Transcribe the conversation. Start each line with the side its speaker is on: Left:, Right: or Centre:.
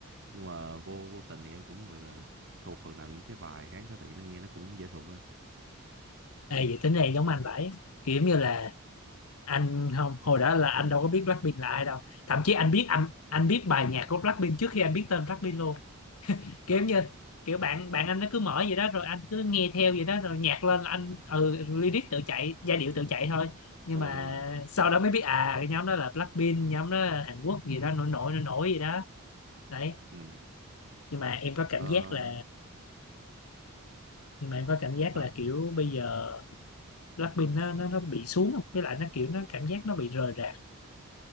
Right: nhưng mà vô vô tình thì em cũng gọi là thuộc phần nào những cái bài hát đó tại vì nó nghe nó cũng dễ thuộc á
Left: Ê, vậy tính này giống anh vậy kiểu giống như là anh không hồi đó là anh đâu có biết Blackpink là ai đâu thậm chí anh biết anh anh biết bài nhạc của Blackpink trước khi anh biết tên Blackpink luôn kiểu
Right: Ờ,
Left: như kiểu bạn bạn anh nó cứ mở vậy đó rồi anh cứ nghe theo vậy đó rồi nhạc lên là anh ừ lyric tự chạy giai điệu tự chạy thôi nhưng
Right: đúng
Left: mà
Right: rồi đúng rồi
Left: sau đó mới biết à cái nhóm đó là Blackpink nhóm đó là Hàn Quốc gì đó nổi nổi nổi nổi gì đó đấy
Right: ừ.
Left: nhưng mà em có cảm
Right: Ờ,
Left: giác là nhưng mà em có cảm giác
Right: sao
Left: là kiểu bây giờ Blackpink nó nó nó bị xuống với lại nó kiểu nó cảm giác nó bị rời rạc